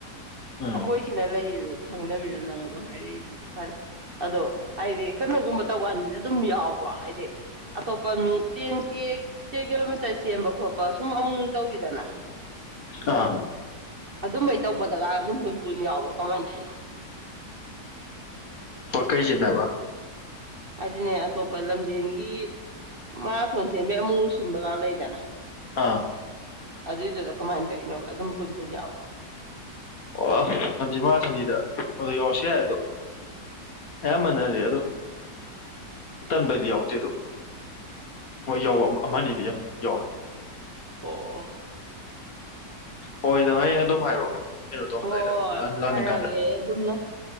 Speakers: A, on the left; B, on the right.
A: ꯎꯝ
B: ꯑꯩꯈꯣꯏꯁꯤꯅ ꯂꯩꯗ ꯈꯪꯗꯅꯤꯅ ꯅꯪ ꯑꯗꯣ ꯍꯥꯏꯔꯛꯏꯁꯦ ꯐꯔꯦ ꯑꯗꯣ ꯍꯥꯏꯗꯤ ꯀꯩꯅꯣꯒꯨꯝꯕ ꯇꯧꯀꯥꯟꯗꯗꯤ ꯑꯗꯨꯝ ꯌꯥꯎꯕ꯭ꯔꯣ ꯍꯥꯏꯗꯤ ꯑꯇꯣꯞꯄ ꯃꯤ ꯇꯦꯟ ꯀꯦ ꯇꯦꯟ ꯀꯤꯂꯣꯃꯤꯇꯔ ꯆꯦꯟꯕ ꯈꯣꯠꯄ ꯁꯨꯝ ꯑꯃꯨꯛ ꯇꯧꯋꯤꯗꯅ
A: ꯑꯥ
B: ꯑꯗꯨꯃ ꯇꯧꯕꯗꯒ ꯝꯟꯄꯅꯤ ꯌꯥꯕ꯭ꯔꯣ ꯀꯃꯥꯏ ꯇꯥꯏꯅ
A: ꯀꯩꯁꯦꯃꯦꯕ
B: ꯑꯗꯨ ꯑꯗꯨꯅꯦ ꯑꯇꯣꯞꯄ ꯂꯝꯖꯦꯟꯒꯤ ꯃꯥ ꯊꯣꯟꯁꯤꯦ ꯃ ꯁꯤꯕꯒ ꯂꯩꯗꯅ
A: ꯑꯥ
B: ꯑꯗꯨꯏꯗꯨꯗ ꯀꯃꯥꯏꯅ ꯇꯧꯔꯤꯅꯣꯕ ꯑꯗꯨꯝ ꯄꯨꯟ ꯄꯨꯟ ꯌꯥꯎꯕ꯭ꯔꯕ
A: ꯑꯣꯥ ꯂꯝꯖꯤꯡ ꯃꯥꯊꯅꯤꯗ ꯑꯗꯨꯗ ꯌꯥꯎꯔꯁꯨ ꯌꯥꯏ ꯑꯗꯣ ꯑꯌꯥꯝꯕꯅꯗꯤ ꯑꯗꯨꯝ ꯇꯟꯕꯗꯤ ꯌꯥꯎꯔꯗꯦ ꯑꯗꯨ ꯃꯣꯏ ꯌꯥꯎꯕ ꯑꯃꯅꯤ ꯑꯗꯤ ꯌꯥꯝ ꯌꯥꯎꯋꯦ
B: ꯑꯣ
A: ꯍꯣꯏ ꯅꯪ ꯍꯌꯦꯡ ꯑꯗꯨꯝ ꯍꯥꯏꯔꯛꯑꯣ ꯀꯩꯅꯣ ꯇꯧꯑꯝꯗꯥꯏꯗ
B: ꯍꯣꯏ ꯍꯣꯏ
A: ꯂꯥꯟꯅꯤꯡꯀꯥꯟꯗ
B: ꯍꯥꯏꯔꯛꯑꯒꯦ ꯑꯩ ꯑꯗꯨꯝꯅ